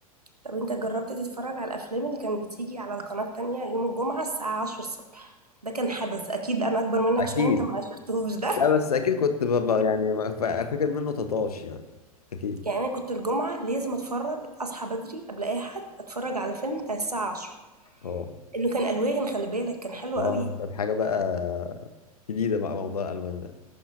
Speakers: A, on the right; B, on the left.
A: طب انت جربت تتفرج على الافلام اللي كانت بتيجي على القناه التانية يوم الجمعه الساعه 10 الصبح ده كان حدث اكيد انا اكبر منك
B: اكيد
A: شويه انت ما عشرتهوش ده
B: لا بس اكيد كنت ببقى يعني فاكر منه تطاش يعني اكيد
A: يعني انا كنت الجمعه لازم اتفرج اصحى بدري قبل اي حد اتفرج على فيلم بتاع الساعه 10
B: اه
A: انه كان الوان خلي بالك كان حلو
B: اه
A: قوي
B: كانت حاجة بقى جديدة بقى موضوع الألوان ده